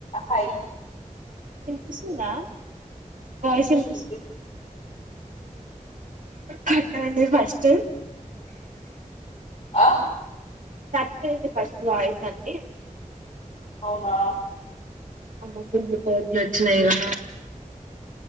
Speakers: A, on the left; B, on the right.
A: హ
B: వినిపిస్తుందా నా వాయిస్
A: వినిపిస్తుంది
B: విని
A: వినిపిస్తుంది
B: కట్ అయింది ఫస్ట్
A: ఆ
B: కట్ అయింది ఫస్ట్ వాయిస్ అండి
A: అవునా
B: అమ్మో ఫుల్ కోతులు వచ్చినాయిరా